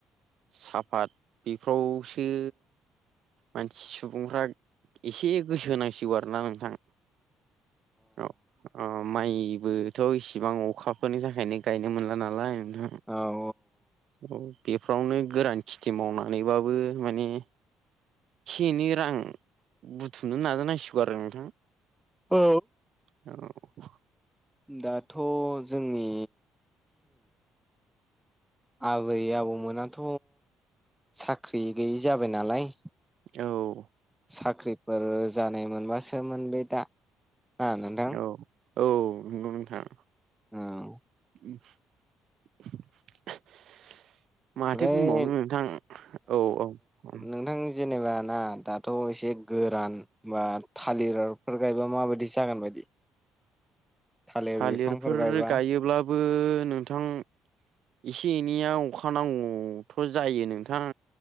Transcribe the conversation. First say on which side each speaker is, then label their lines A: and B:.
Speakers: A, on the right (about 70°); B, in the centre.
A: साफात बेफ्रावसो मानसि सुबुंफ्रा एसे गोसो होनांसिगौ आरोना नोंथां औ अ माइबोथ' इसिबां अखाफोरनि थाखायनो गायनो मोनला नालाय नोंथां
B: औ
A: औ बेफ्रावनो गोरान खिथि मावनानैबाबो माने एसे एनै रां बुथुमनो नाजानांसिगौ आरो नोंथां
B: औ
A: औ
B: दाथ' जोंनि आबै आबौमोनाथ' साख्रि गैयि जाबाय नालाय
A: औ
B: साख्रिफोर जानाय मोनबासोमोन बे दा ना नोंथां
A: औ औ नंगौ नोंथां।
B: औ
A: <unintelligible> माथो
B: ओमफ्राय
A: बुंबावनो नोंथां औ औ ओ
B: नोंथां जेनेबा ना दाथ' एसे गोरान बा थालिरफोर गायबा माबायदि जागोन बायदि थालिर
A: थालिरफोर
B: बिफांफोर गायबा
A: गायोब्लाबो नोंथां एसे एनैया अखा नांगौथ' जायो नोंथां